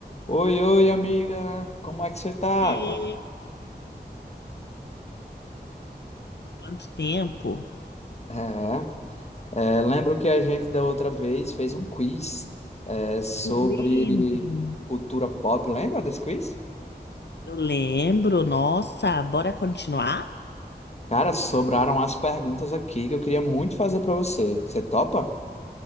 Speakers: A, on the left (about 40°); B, on the left (about 80°).
A: Oi, oi, amiga. Como é que você tá?
B: Oiê,
A: Qua-
B: quanto tempo?
A: É, é, lembro que a gente da outra vez fez um quiz, é, sobre
B: Eu lembro.
A: cultura pop. Lembra desse quiz?
B: Eu lembro, nossa, bora continuar?
A: Cara, sobraram as perguntas aqui que eu queria muito fazer pra você. Você topa?